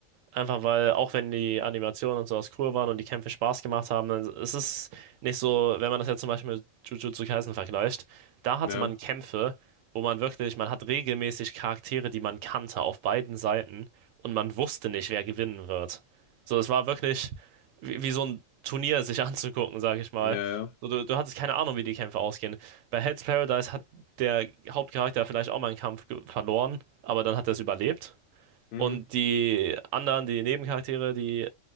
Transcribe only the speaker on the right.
Einfach weil, auch wenn die Animationen und sowas cool waren und die Kämpfe Spaß gemacht haben, dann, es ist nicht so, wenn man das jetzt zum Beispiel mit Jujutsu Kaisen vergleicht, da hatte
man Kämpfe, wo man wirklich, man hat regelmäßig Charaktere, die man kannte auf beiden Seiten und man wusste nicht, wer gewinnen wird. So, es war wirklich wie, wie so ein Turnier sich <laughs> anzugucken, sag ich mal.
So, du, du hattest keine Ahnung, wie die Kämpfe ausgehen. Bei Hell's Paradise hat der Hauptcharakter vielleicht auch mal einen Kampf ge- verloren, aber dann hat er es überlebt.
Und die anderen, die Nebencharaktere, die